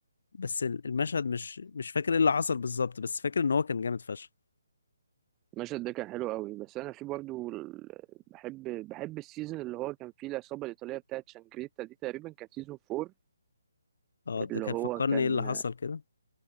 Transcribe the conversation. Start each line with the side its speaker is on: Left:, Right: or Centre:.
Left: بس المشهد مش مش فاكر ايه اللي حصل بالظبط بس فاكر ان هو كان جامد فشخ
Right: المشهد ده كان حلو قوي بس انا في برضو ال- بحب بحب السيزون اللي هو كان فيه العصابه الايطاليه بتاعت شانجريتا دي تقريبا كان سيزون 4
Left: اه ده
Right: اللي
Left: كان
Right: هو
Left: فكرني
Right: كان
Left: ايه اللي حصل كده